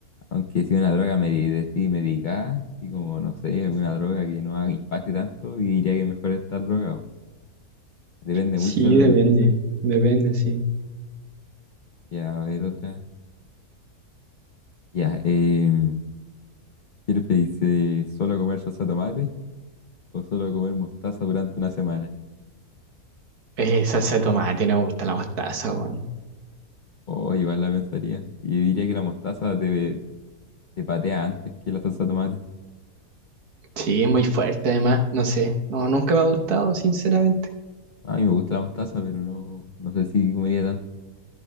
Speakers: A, on the left; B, on the right.
A: Aunque si una droga me decidí medicada, así como no sé, alguna droga que no haga impacte tanto, y diría que mejor estar drogado. Depende
B: Sí,
A: mucho esa pregunta.
B: depende. Depende, sí.
A: Ya, a ver otra. Ya, eh, ¿qué dice solo comer salsa de tomate o solo comer mostaza durante una semana?
B: Eh, salsa de tomate, no me gusta la mostaza, weón.
A: Oh, igual la pensaría. Y yo diría que la mostaza te, te patea antes que la salsa de tomate.
B: Sí, es muy fuerte además, no sé. No, nunca me ha gustado, sinceramente.
A: A mí me gusta la mostaza, pero no, no sé si comería tanto.